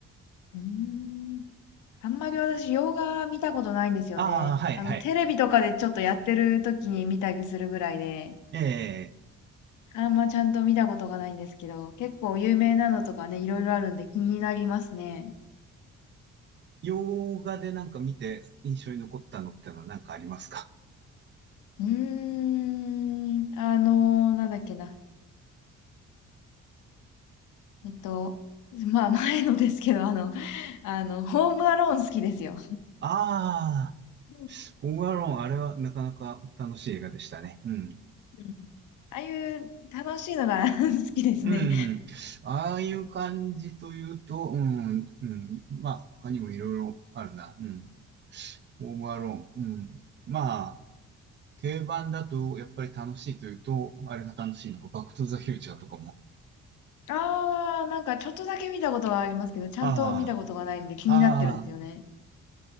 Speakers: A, on the left; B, on the right.
A: うーん。あんまり私、洋画見たことないんですよね。
B: ああ、はい、
A: あの、
B: はい。
A: テレビとかでちょっとやってる時に見たりするぐらいで。
B: えー、
A: あんまちゃんと見たことがないんですけど、結構有名なのとかね、いろいろあるんで気になりますね。
B: 洋画でなんか見て印象に残ったのってのは何かありますか
A: うーん、あのーなんだっけな。えっと、まあ前のですけど、あの、あの、ホームアローン好きですよ。
B: <laughs> ああ
A: うん
B: ー、ホームアローン、あれはなかなか楽しい映画でしたね。うん。
A: うんああいう楽しいのが <laughs> 好きですね。
B: うん。ああいう感じというと、うん、うん。まあ、他にもいろいろあるな。うん。オーバーローン。うん。まあ、定番だと、やっぱり楽しいというと、あれが楽しいのか、バックトゥザフューチャーとかも。
A: あー、なんかちょっとだけ見たことがありますけど、ちゃんと見たことがないんで気になってるんですよね。
B: ああ、ああ、